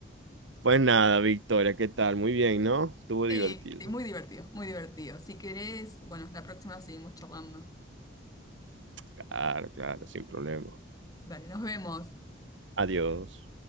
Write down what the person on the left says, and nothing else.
Sí,
sí, muy divertido, muy divertido. Si querés, bueno, la próxima seguimos charlando.
Dale, nos vemos.